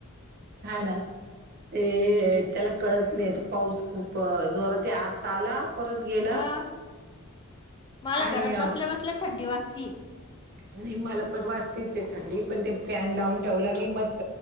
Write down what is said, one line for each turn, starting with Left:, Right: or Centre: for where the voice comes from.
Right: हा ना. ए त्येला कळत नाही पाऊस खूप जोरातय आत ताला परत गेला
Left: मग मला
Right: आणि
Left: घरात बसल्या बसल्या थंडी वाजतीये
Right: न्हई मला पण वाजतीचय थंडी पण ते फॅन लावून ठेवला मी मच्छ